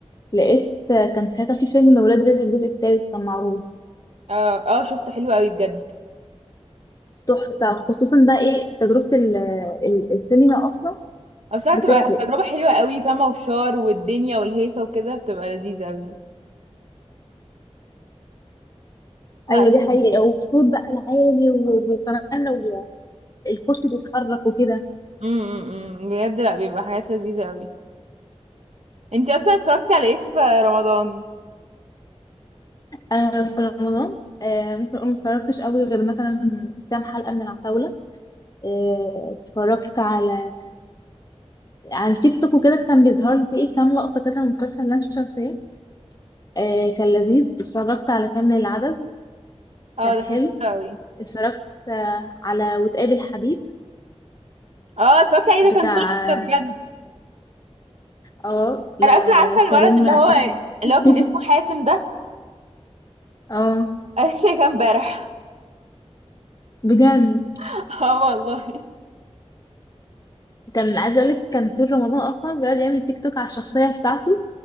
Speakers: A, on the left; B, on the right.
A: لقيت آه، كان ساعتها في فيلم ولاد رزق الجزء التالت كان معروض
B: اه اه شفته حلو قوي بجد
A: تحفة خصوصا بقى ايه تجربة ال- ال- السينما اصلا
B: او ساعات
A: بتفرق
B: بتبقى تجربة حلوة قوي فاهمة وفشار والدنيا والهيصة وكده بتبقى لذيذة قوي لا
A: ايوه دي حقيقة والصوت بقى العالي و- وكمان لو الكرسي بيتحرك وكده
B: امم بجد لا بيبقى حاجات لذيذة قوي انتي اصلا اتفرجتي على ايه في رمضان
A: انا في رمضان آه، ممكن اقول ما اتفرجتش قوي غير مثلا كام حلقة من العتاولة آه، اتفرجت على على التيك توك وكده كان بيظهر لي ايه كام لقطة كده من مسلسل لام شمسية آه، كان لذيذ اتفرجت على كامل العدد
B: اه
A: كان حلو
B: ده كان حلو قوي
A: اتفرجت آه، على وتقابل حبيب
B: اه اتفرجت عليه
A: بتاع
B: ده كان تحفة بجد
A: اه ده
B: انا اصلا عارفة الولد
A: كريم
B: اللي هو
A: فهمي
B: اللي
A: <laughs>
B: هو كان اسمه حازم ده
A: اه
B: انا لسه شايفاه امبارح
A: بجد
B: <laughs> اه والله
A: كان عايزه اقول لك كان طول رمضان اصلا بيقعد يعمل تيك توك على الشخصيه بتاعته